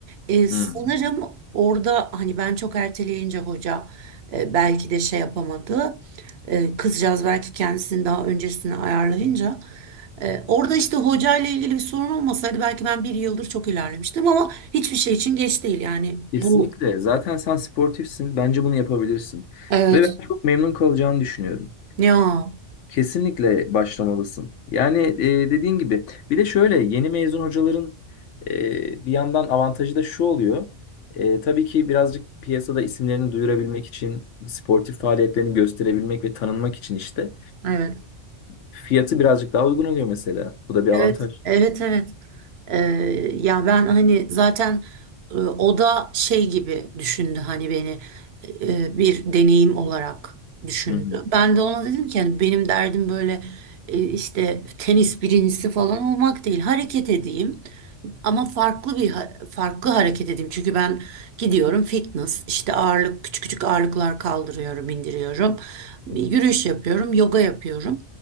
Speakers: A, on the right; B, on the left.
A: e, sanırım
B: Hmm.
A: orada hani ben çok erteleyince hoca e, belki de şey yapamadı. E, kızcağız belki kendisini daha öncesine ayarlayınca e, orada işte hoca ile ilgili bir sorun olmasaydı belki ben bir yıldır çok ilerlemiştim ama hiçbir şey için geç değil yani
B: Kesinlikle.
A: bu
B: Zaten sen sportifsin. Bence bunu yapabilirsin.
A: evet
B: Ve ben çok memnun kalacağını düşünüyorum.
A: ya
B: Kesinlikle başlamalısın. Yani e, dediğin gibi. Bir de şöyle yeni mezun hocaların e, bir yandan avantajı da şu oluyor. E, tabii ki birazcık piyasada isimlerini duyurabilmek için, sportif faaliyetlerini gösterebilmek ve tanınmak için işte
A: evet.
B: Fiyatı birazcık daha uygun oluyor mesela. Bu da bir avantaj.
A: Evet, evet, evet. Ee, ya ben hani zaten e, o da şey gibi düşündü hani beni e, bir deneyim olarak düşündü.
B: Hı hı.
A: Ben de ona dedim ki hani benim derdim böyle e, işte tenis birincisi falan olmak değil. Hareket edeyim ama farklı bir ha- farklı hareket edeyim. Çünkü ben gidiyorum fitness işte ağırlık küçük küçük ağırlıklar kaldırıyorum, indiriyorum.
B: Hı.
A: Yürüyüş yapıyorum, yoga yapıyorum.